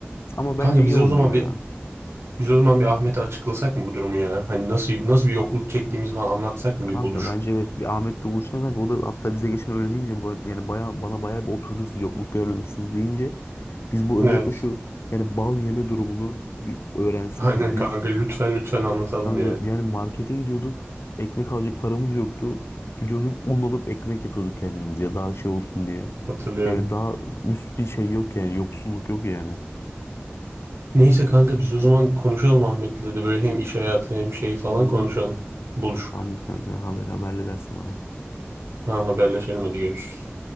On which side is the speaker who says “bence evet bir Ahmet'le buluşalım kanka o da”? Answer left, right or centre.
Left